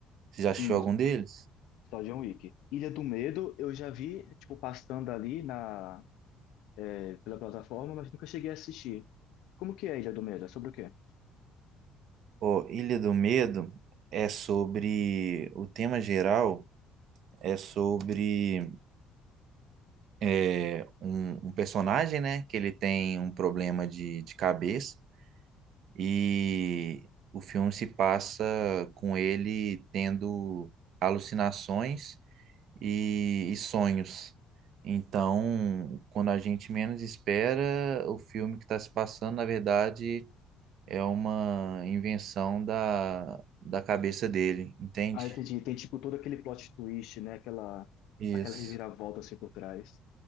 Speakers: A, on the right (about 60°); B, on the left (about 80°).
A: Você já assistiu
B: Hum,
A: algum deles?
B: só John Wick. Ilha do Medo, eu já vi, tipo, passando ali na, eh, pela plataforma, mas nunca cheguei a assistir. Como que é Ilha do Medo? É sobre o quê?
A: Ó, Ilha do Medo é sobre o tema geral é sobre é, um, um personagem, né, que ele tem um problema de, de cabeça E o filme se passa com ele tendo alucinações e, e sonhos. Então, quando a gente menos espera, o filme que está se passando, na verdade, é uma invenção da, da cabeça dele, entende?
B: Ah, entendi. Tem, tipo, todo aquele plot twist, né? Aquela,
A: Isso,
B: aquela reviravolta, assim, por trás.